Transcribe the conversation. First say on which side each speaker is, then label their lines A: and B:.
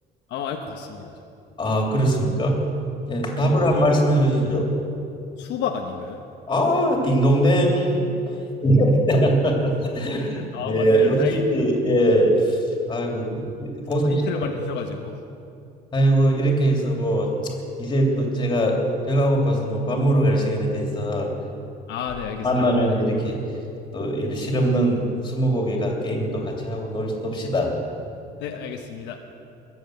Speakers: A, on the left (about 75°); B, on the left (about 25°).
A: 아, 알 것 같습니다. 저.
B: 아, 그렇습니까? 예, 답을
A: 이게
B: 한 말씀해 주시죠.
A: 수박 아닌가요?
B: 아, 딩동댕. <laughs>
A: 아,
B: 예,
A: 맞네요.
B: 역시
A: 다행히
B: 예. 아이고 고수시네.
A: 아, 힌트를 많이 주셔가지고.
B: 아이고 이렇게 해서 뭐 이제 또 제가 배가 고파서 뭐 밥 먹으러 갈 시간이 돼서
A: 아, 네, 알겠습니다.
B: 만나면 이렇게 또 이런 실없는 스무고개 가- 게임도 같이 하고 놀, 놉시다.
A: 네, 알겠습니다.